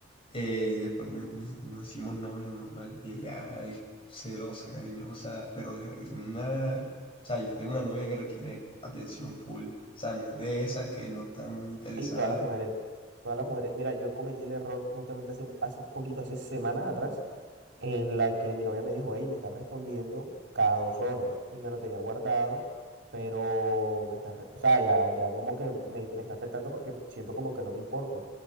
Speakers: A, on the left; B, on the right.
A: Eh, y después no- no- nos hicimos novios normal y ella es celosa, cariñosa, pero de- es una... O sea, yo tengo una novia que requiere atención full. O sea, no es de esa que no está muy interesada.
B: Y todas las mujeres, todas las mujeres. Mira, yo cometí el error justamente hace, hace poquito, hace semanas atrás. en la que mi novia me dijo, hey, me estás respondiendo cada dos horas y me lo tenía guardado, pero me está, re- o sea, ya, ya como que me, me está afectando porque siento como que no te importo.